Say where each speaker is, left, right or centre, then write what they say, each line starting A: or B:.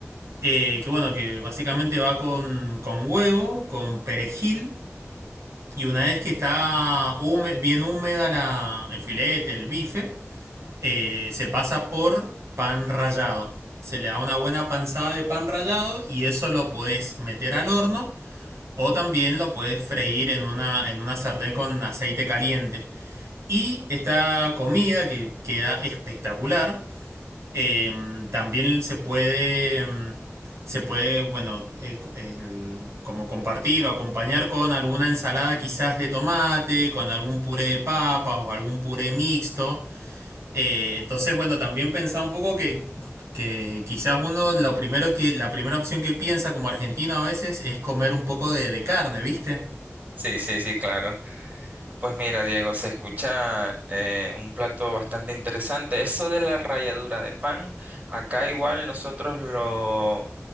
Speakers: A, on the right; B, on the right.
A: eh, que bueno, que básicamente va con, con huevo, con perejil, y una vez que está húme- bien húmeda la, el filete, el bife, eh, se pasa por pan rallado. Se le da una buena panzada de pan rallado y eso lo podés meter al horno o también lo podés freír en una, en una sartén con aceite caliente. Y esta comida que queda espectacular eh, también se puede, mm, se puede, bueno, eh, co- el- como compartir o acompañar con alguna ensalada quizás de tomate, con algún puré de papas o algún puré mixto. Eh, entonces, bueno, también pensaba un poco que, que quizás uno lo primero que, la primera opción que piensa como argentino a veces es comer un poco de, de carne, ¿viste?
B: sí, sí, sí, claro. Pues mira, Diego, se escucha eh, un plato bastante interesante. Eso de la ralladura de pan, acá igual nosotros lo,